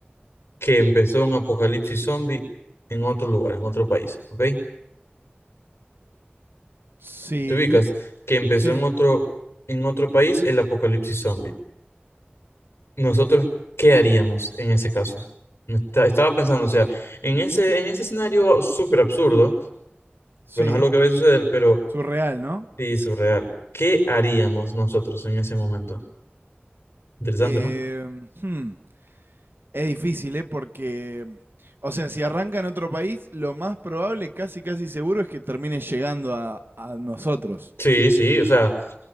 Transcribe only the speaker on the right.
sí,
sí,
sí.
Surreal, ¿no?
Eh,
hmm, es difícil, ¿eh? Porque, o sea, si arranca en otro país, lo más probable, casi casi seguro, es que termine llegando a, a nosotros,